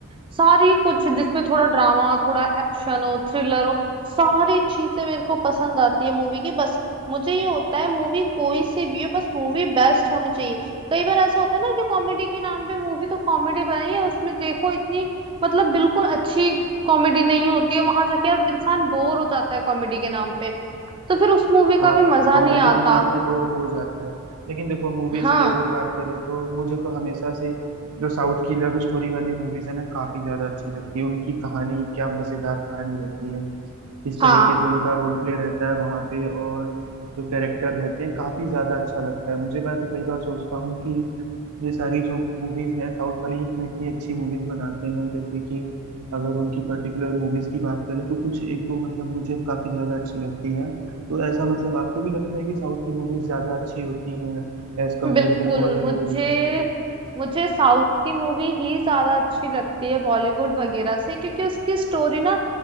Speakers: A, on the right; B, on the right.
A: सारी कुछ जिसमें थोड़ा ड्रामा हो थोड़ा एक्शन हो थ्रिलर हो सारी चीजें मेरे को पसंद आती है मूवी की बस मुझे ये होता है मूवी कोई सी भी हो बस मूवी बेस्ट होनी चाहिए कई बार ऐसा होता है ना कि कॉमेडी के नाम पे मूवी तो कॉमेडी बनाई है उसमें देखो इतनी मतलब बिल्कुल अच्छी कॉमेडी नहीं होती है वहां जाके अब इंसान बोर हो जाता है कॉमेडी के नाम पे तो फिर उस मूवी का
B: हाँ
A: भी मजा
B: कॉमेडी
A: नहीं आता
B: के नाम पे बोर हो जाता है लेकिन देखो मूवीज
A: हाँ
B: की अगर बात करें तो मुझे तो हमेशा से जो साउथ की लव स्टोरी वाली मूवीज है ना काफी ज्यादा अच्छी लगती है उनकी कहानी क्या मजेदार कहानी रहती है जिस
A: हाँ
B: तरीके से उनका रोल प्ले रहता है वहां पे और जो कैरेक्टर रहते हैं काफी ज्यादा अच्छा लगता है मुझे मैं तो कई बार सोचता हूँ कि ये सारी जो मूवीज हैं साउथ वाले ही क्यों इतनी अच्छी मूवीज बनाते हैं जैसे कि अगर उनकी पर्टिकुलर मूवीज की बात करें तो कुछ एक दो मतलब मुझे काफी ज्यादा अच्छी लगती हैं तो ऐसा मतलब आपको भी लगता है कि साउथ की मूवीज ज्यादा अच्छी होती हैं as comparison
A: बिल्कुल
B: to other
A: मुझे
B: movies
A: मुझे साउथ की मूवी ही ज्यादा अच्छी लगती है बॉलीवुड वगैरह से क्योंकि उसकी स्टोरी ना